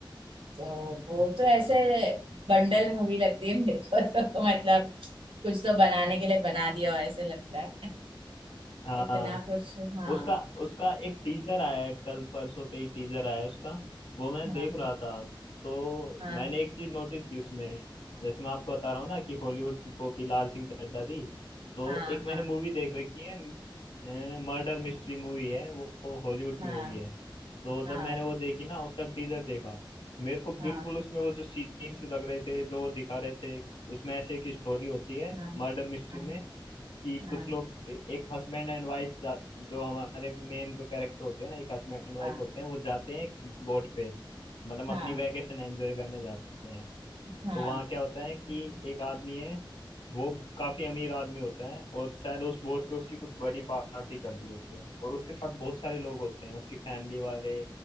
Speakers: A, on the right; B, on the left.
A: तो वो
B: अच्छा
A: तो ऐसे बंडल मूवी लगती है मेरे को तो <laughs> मतलब कुछ तो बनाने के लिए बना दिया हो ऐसे लगता है <laughs>
B: हाँ
A: इतना कुछ हाँ
B: उसका उसका एक टीजर आया है कल परसों पे ही टीजर आया है उसका वो मैं
A: हाँ
B: देख रहा था तो
A: हाँ
B: मैंने एक चीज नोटिस की उसमें जैसे मैं आपको बता रहा हूँ ना कि हॉलीवुड की कॉपी लाल सिंह चड्ढा थी तो
A: हाँ
B: एक मैंने
A: हाँ
B: मूवी देख रखी है मर्डर मिस्ट्री मूवी है वो वो हॉलीवुड की
A: हाँ
B: मूवी है तो जब
A: हाँ
B: मैंने वो देखी ना उसका टीजर देखा मेरे को बिल्कुल
A: हाँ
B: उसमें वो जो सीन्स लग रहे थे जो वो दिखा रहे थे उसमें ऐसे एक स्टोरी होती है
A: हाँ
B: मर्डर मिस्ट्री
A: हाँ
B: में कि
A: हाँ
B: कुछ
A: हाँ
B: लोग ए- एक हस्बैंड एंड वाइफ जो हमारे मेन जो कैरेक्टर होते हैं ना एक हस्बैंड एंड वाइफ
A: हाँ
B: होते हैं वो जाते हैं एक बोट पे मतलब
A: हाँ
B: अपनी वैकेशन एंजॉय करने जाते हैं
A: हाँ
B: तो वहाँ क्या होता है कि एक आदमी है वो काफी अमीर आदमी होता है और शायद उस बोट पे उसकी कुछ बड़ी पार्टी चल रही होती है और उसके साथ बहुत सारे लोग होते हैं उसकी फैमिली वाले